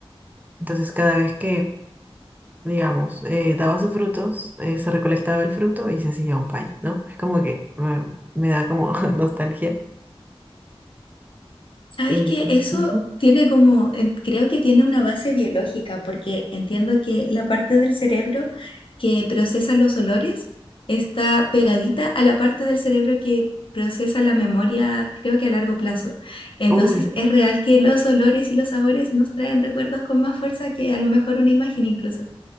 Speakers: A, on the right; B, on the left.
A: Entonces, cada vez que, digamos, eh, daba sus frutos, eh, se recolectaba el fruto y se hacía un pie, ¿no? Es como que mm, me da como <laughs> nostalgia.
B: Sabes
A: Y,
B: que eso
A: ujú.
B: tiene como, en- creo que tiene una base biológica, porque entiendo que la parte del cerebro que procesa los olores está pegadita a la parte del cerebro que procesa la memoria, creo que a largo plazo. Entonces,
A: Uy,
B: es real que los olores y los sabores nos traen recuerdos con más fuerza que a lo mejor una imagen incluso.